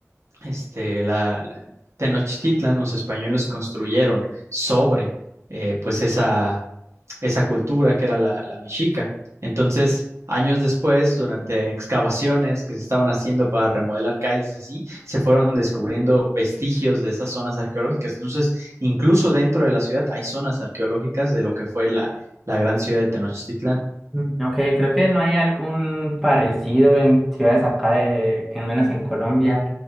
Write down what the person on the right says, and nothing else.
este, la, la- Tenochtitlan, los españoles construyeron sobre, eh, pues esa, esa cultura que era la, la mexica. Entonces, años después, durante excavaciones que se estaban haciendo para remodelar calles y así, se fueron descubriendo vestigios de esas zonas arqueológicas. Entonces, incluso dentro de la ciudad hay zonas arqueológicas de lo que fue la, la gran ciudad de Tenochtitlán.